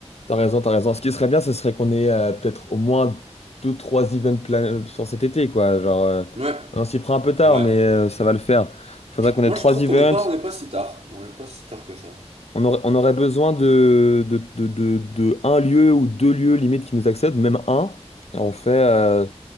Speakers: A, on the left; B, on the right.
A: T'as raison, t'as raison. Ce qui serait bien, ce serait qu'on ait euh, peut-être au moins deux, trois events plan sur cet été, quoi. Genre, euh,
B: Ouais,
A: on s'y prend un peu tard,
B: ouais.
A: mais euh, ça va le faire. Faudrait qu'on
B: Moi,
A: ait trois
B: je trouve
A: events.
B: qu'on n'est pas, on n'est pas si tard. On n'est pas si tard que ça.
A: On aurait, on aurait besoin de, de, de, de- de un lieu ou deux lieux limite qui nous accèdent, même un. Et on fait euh,